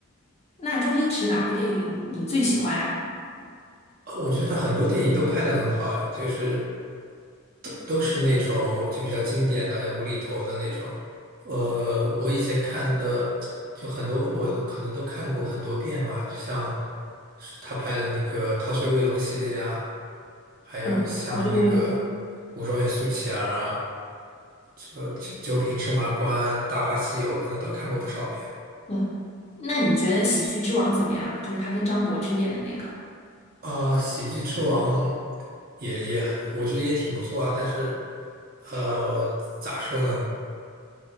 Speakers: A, on the left; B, on the right.
A: 那周星驰哪部电影你最喜欢啊？
B: 呃我觉得他很多电影都拍得很好，哎，就是都都是那种就比较经典的无厘头的那种。呃，我以前看的就很多部，我都可能都看过很多遍吧，就像是他拍的那个《逃学威龙》系列啊。还有像那个
A: 嗯，逃学威龙。
B: 《五状元苏乞儿》啊，什么《九九品芝麻官》《大话西游》，可能都看过不少遍。
A: 嗯，那你觉得《喜剧之王》怎么样啊？就是他跟张柏芝演的那个。
B: 啊、喜剧之王也也，我觉得也挺不错啊。但是，呃，咋说呢？